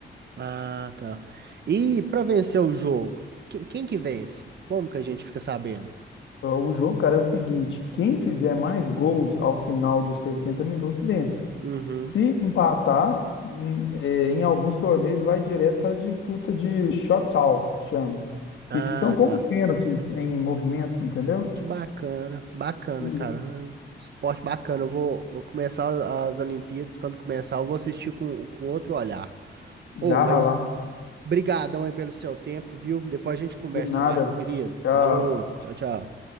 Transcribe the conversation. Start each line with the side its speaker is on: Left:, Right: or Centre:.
Right: Ah, tá. E para vencer o jogo, quem, quem que vence? Como que a gente fica sabendo?
Left: Então, O jogo, cara, é o seguinte: quem fizer mais gols ao final dos 60 minutos vence.
Right: Uhum.
Left: Se empatar, em, eh, em alguns torneios vai direto para a disputa de shootout, que chama,
Right: Ah,
Left: que, que são como
Right: tá.
Left: pênaltis em movimento, entendeu?
Right: Que bacana, bacana,
Left: E
Right: cara. É um esporte bacana. Eu vou, vou começar as Olimpíadas. Quando começar, eu vou assistir com, com outro olhar.
Left: garra
Right: Ou, mas
Left: lá.
Right: Brigadão aí pelo seu tempo, viu? Depois a gente conversa
Left: De nada.
Right: mais, meu querido.
Left: Tchau.
Right: Falou, tchau, tchau.